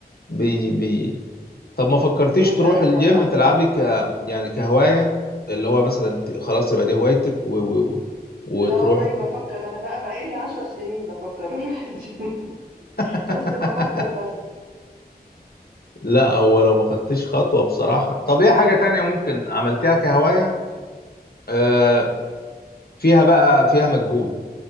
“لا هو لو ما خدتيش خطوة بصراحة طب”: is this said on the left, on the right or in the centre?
Left